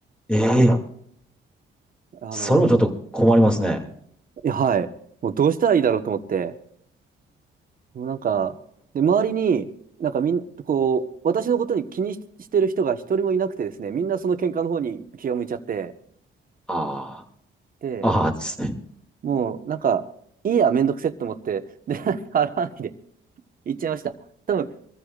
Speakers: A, in the centre; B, on the right.
A: い。ええ
B: あの、
A: それもちょっと困りますね。
B: いやはい、もうどうしたらいいだろうと思って、もうなんか、で、周りに、なんかみん、こう、私のことに気にし、してる人が一人もいなくてですね、みんなその喧嘩の方に気が向いちゃって、
A: あ
B: で、
A: あ、ああですね。
B: もうなんか、いいや、めんどくせえと思って、で、<laughs> 払わないで、行っちゃいました。多分、